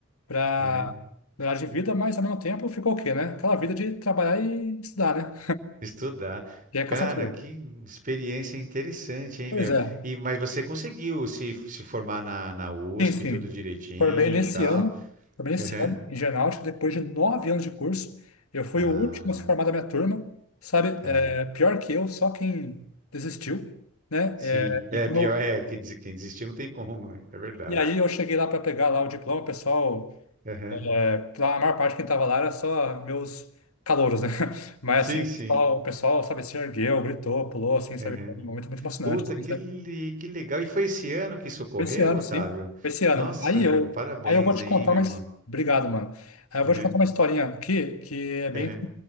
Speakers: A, on the left; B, on the right.
A: Para
B: uhum.
A: melhorar de vida, mas ao mesmo tempo ficou o quê, né? Aquela vida de trabalhar e estudar, né?
B: Estudar.
A: Que é
B: Cara,
A: cansativo.
B: que experiência interessante, hein,
A: Pois
B: meu?
A: é.
B: E, mas você conseguiu se, se formar na, na USP,
A: Sim, sim.
B: tudo direitinho
A: Formei nesse
B: e tal.
A: ano, formei nesse
B: Uhum.
A: ano em Genáutica, depois de nove anos de curso. Eu fui
B: Ah,
A: o último a se formar da minha turma, sabe?
B: tá.
A: É, pior que eu, só quem desistiu, né?
B: Sim.
A: É,
B: É,
A: e, como
B: pior
A: eu-
B: é que des- quem desistiu não tem como, né? É verdade.
A: e aí eu cheguei lá para pegar lá o diploma, o pessoal,
B: Uhum.
A: é, pra a maior parte quem estava lá era só meus calouros, né? <laughs> Mas
B: Sim,
A: assim, o
B: sim.
A: pessoal, o pessoal, sabe, se ergueu, gritou, pulou, assim, sabe?
B: Uhum.
A: Foi um momento muito emocionante,
B: Puta,
A: assim,
B: que,
A: sabe?
B: li- que legal. E foi esse ano que isso ocorreu,
A: Esse ano,
B: Otávio?
A: sim. Esse ano.
B: Nossa,
A: Aí eu,
B: meu, parabéns
A: aí eu vou te
B: aí,
A: contar
B: meu
A: mas
B: irmão.
A: Obrigado, mano. Aí eu
B: Uhum,
A: vou te contar uma historinha aqui que é bem,
B: uhum,